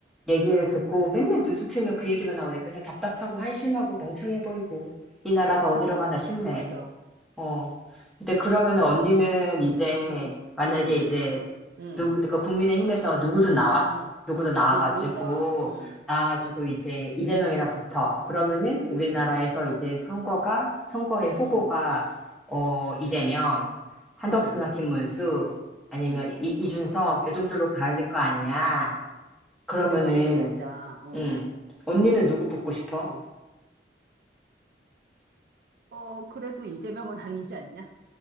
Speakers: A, in the centre; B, on the right.
A: 얘기를 듣고 맨날 뉴스 틀면 그 얘기만 나오니까 그냥 답답하고 한심하고 멍청해 보이고 이 나라가
B: 어,
A: 어디로
B: 진짜,
A: 가나 싶네.
B: 맞아.
A: 어. 근데 그러면은
B: 아이고,
A: 언니는
B: 응,
A: 이제
B: 응,
A: 만약에
B: 응,
A: 이제
B: 응,
A: 누구 그러니까 국민의힘에서 누구든 나와.
B: 응.
A: 누구든 나와가지고
B: 응, 누군 나와. 응,
A: 나와가지고 이제 이재명이랑 붙어. 그러면은 우리나라에서
B: 응,
A: 이제 선거가 선거의 후보가
B: 응,
A: 어 이재명, 한덕수나
B: 응,
A: 김문수 아니면
B: 응.
A: 이, 이준석 요 정도로 가질 거 아니야. 그러면은
B: 근데 만약에 진짜, 어,
A: 음 언니는 누구 뽑고 싶어?
B: 어, 어, 그래도 이재명은 <laughs> 아니지 않냐?